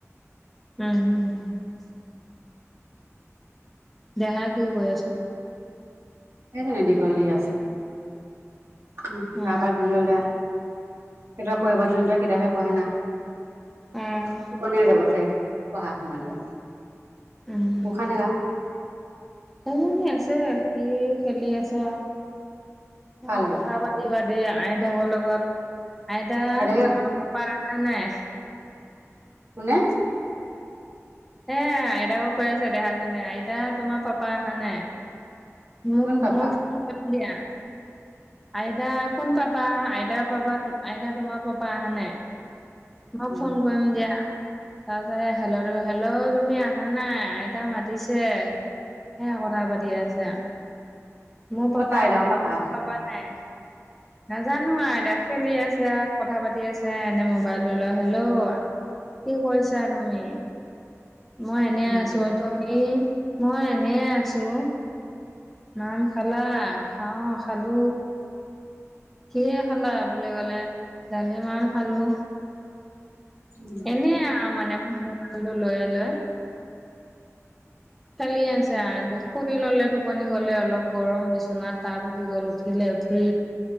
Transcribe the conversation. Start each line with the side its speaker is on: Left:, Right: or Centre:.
Centre: উম। দেহা কি কৰি আছে?
Right: সেইজনে, দীঘল দি আছে উ, গা
Centre: অ
Right: পা ধুই ললে। এতিয়া পঢ়িব ধৰোতে কিতাপে হে পঢ়ে না,
Centre: উম
Right: তুপনিয়াই যাব চাগে। পঢ়া সময়ত।
Centre: উম,
Right: উশাহ নিশাহ
Centre: অ', শুই আছে। কি খেলি আছে
Right: কাৰ
Centre: আৰু,
Right: লগত
Centre: কথা পাতি-পাতি। এ আইতাকৰ লগত, আইতা
Right: আইতাকে
Centre: তোমাৰ পাপা অহা নাই।
Right: কোনে?
Centre: হে আইতাকক কৈ আছে দেহাজনে আইতা তোমাৰ পাপা আহা নাই। মোক-মোক
Right: কোন পাপা
Centre: দিয়া। আইতা কোন পাপা-আইতা, পাপা-আইতা তোমাৰ পাপা আহা নাই। মই
Right: উম
Centre: ফোন কৰিম দিয়া। তাৰ পিছত হেল, হেল্ল', তুমি আহা নাই আইতা মাতিছে। সেয়া কথা পাতি আছো মোৰ
Right: অ
Centre: পাপা
Right: তাইৰ
Centre: আহিলে।
Right: লগত পাপা আছে
Centre: আহ নাজানো এতিয়া খেলি আছে কথা পাতি আছে এনে মোবাইল লৈ হলো। কি কৰিছা তুমি? মই এনে
Right: উম
Centre: আছো আৰু তুমি মই এনে আছো। নাম খালা খাও খালো। কি খালা বুলি ক'লে ডালিমাহ খালো।
Right: উম
Centre: এনে মানে মালটো লৈয়ে লৈ। চলি আছে আৰু দুখ ললে টোপনি গলে অলপ গৰম বিচনাত টাপ উঠি গল উঠিলে উঠি